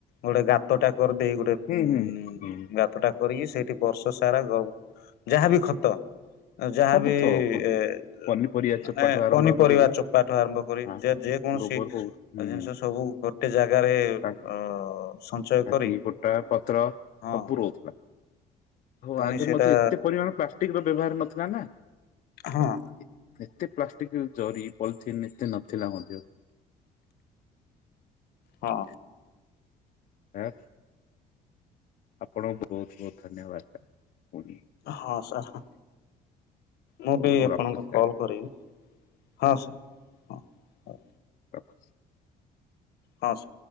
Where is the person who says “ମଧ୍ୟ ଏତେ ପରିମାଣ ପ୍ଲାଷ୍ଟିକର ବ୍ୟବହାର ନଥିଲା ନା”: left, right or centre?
Left